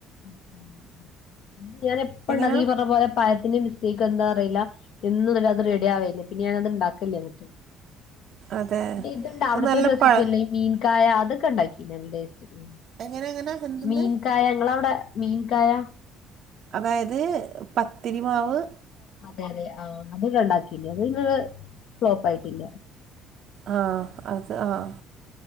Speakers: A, on the left; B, on the right.
A: ഉ ഉ ഉ ഉം. ഞാൻ എപ്പഴ
B: എങ്ങനാ
A: ഉണ്ടാക്കി ഈ പറഞ്ഞ പോലെ പായത്തിന്റെ മിസ്റ്റേക്ക് എന്താ അറില എന്നുംല്ല അത് റെഡി ആവലില്ല പിന്നെ ഞാനത്ണ്ടാക്ക കില്ലന്നിട്ട്
B: അതെ
A: ഇതുണ്ടോ
B: അത്
A: അവിട്ത്തെ
B: നല്ല
A: റസ്
B: പഴ
A: തില്ലെ ഈ മീൻകായ അതൊക്കെ ഉണ്ടാക്കിനി നല്ല ടേസ്റ്റ്ണ്ട്
B: എങ്ങനെ എങ്ങനെ എന്തെന്ന്
A: മീൻകായ ഇങ്ങളവ് ടെ മീൻകായാ
B: അതായത് പത്തിരിമാവ്.
A: അതെ അതെ ആഹ് അത് ഇവടെ ഉണ്ടാക്കിണ്ട് അത് ഇവടെ ഫ്ലോപ്പ് ആയിട്ടില്ല.
B: ആഹ് അത് ആഹ്